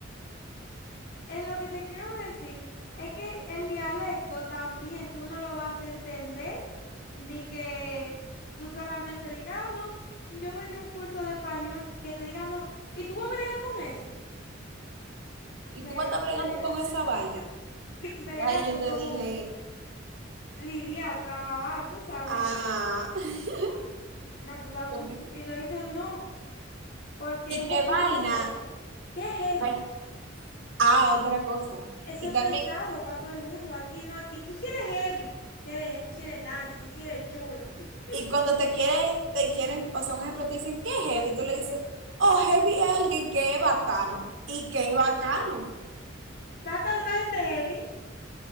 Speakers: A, on the left (about 55°); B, on the right (about 75°).
A: Es lo que te quiero decir es que el dialecto también tú no lo vas a entender, de que tú solamente di que, ah, no, yo me di un curso de español, que te diga no, y tú vas a bregar con eso.
B: Y
A: Brega,
B: tú vas a estar bregando
A: brega.
B: con esa vaina.
A: bregar
B: Y ahí yo
A: es
B: te
A: como
B: dije,
A: lidiar, trabajar, tú sabes.
B: ah, <laughs>
A: Nah, tú, ta-
B: pues,
A: tú- y lo dices no, porque
B: ¿y
A: es-
B: qué
A: es
B: vaina?
A: otra cosa. ¿Qué es heavy?
B: Bueno, Ah, otra cosa.
A: Eso
B: Y
A: es
B: también,
A: pesado para todo el mundo. Aquí no, aquí tú sí eres heavy. Si eres, tú sí eres nice, tú sí eres chulo. <laughs>
B: y cuando te quiere, te quieren, o sea, un ejemplo, te dicen, ¿qué heavy? Tú le dices, oh, heavy es alguien que es bacano. ¿Y qué bacano?
A: Vas con una gente heavy.